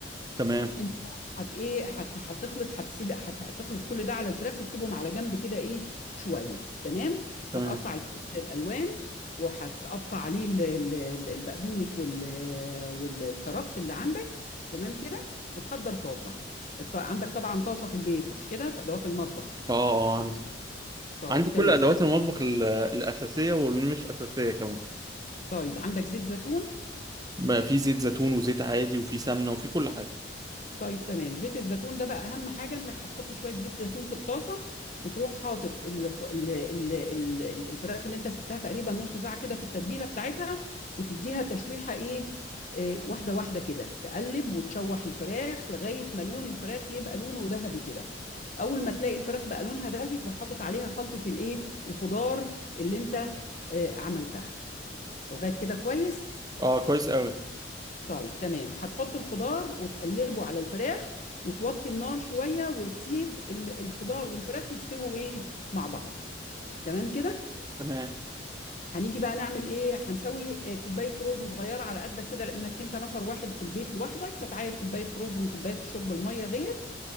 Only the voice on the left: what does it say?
انت هت ايه هت هتخلط هتسيب هت- هتخلط كل ده على الفراخ وتسيبهم على جنب كده ايه شويه تمام
هتقطع الفلفل الالوان وهتقطع عليه ال- ال- ال- البقدونس وال- والكرفس اللي عندك تمام كده وتحضر طاسه الط- عندك طبعا طاسه في البيت مش كده في ادوات المطبخ
طيب
تمام
طيب عندك زيت زيتون
طيب تمام زيت الزيتون ده بقى اهم حاجه انك هتحط شويه زيت زيتون في الطاسه وتروح حاطط ال ال ال ال الفراخ اللي انت سبتها تقريبا نص ساعه كده في التتبيله بتاعتها وتديها تشويحه ايه آه، واحده واحده كده تقلب وتشوح الفراخ لغايه ما لون الفراخ يبقى لونه ذهبي كده اول ما تلاقي الفراخ بقى لونها ذهبي تروح حاطط عليها خلطه الايه الخضار اللي انت آه، عملتها لغايه كده كويس
طيب تمام هتحط الخضار وتقلبه على الفراخ وتوطي النار شوية وتسيب ال- الخضار والفراخ يستووا ايه مع بعض تمام كده
هنيجي بقى نعمل ايه هنسوي آه، كوباية رز صغيرة على قدك كده لانك انت نفر واحد في البيت لوحدك فتعاير كوباية رز من كوباية الشرب المية ديت